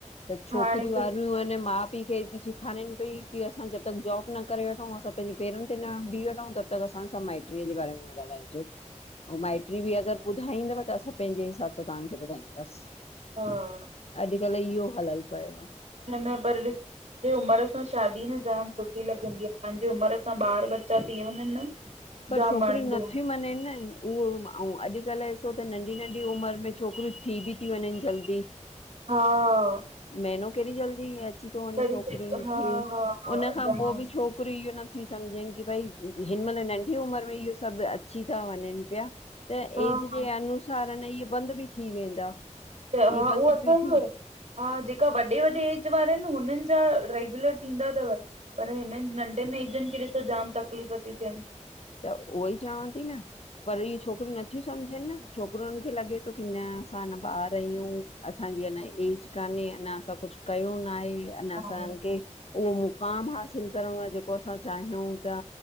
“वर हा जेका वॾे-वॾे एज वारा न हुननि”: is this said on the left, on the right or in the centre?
Right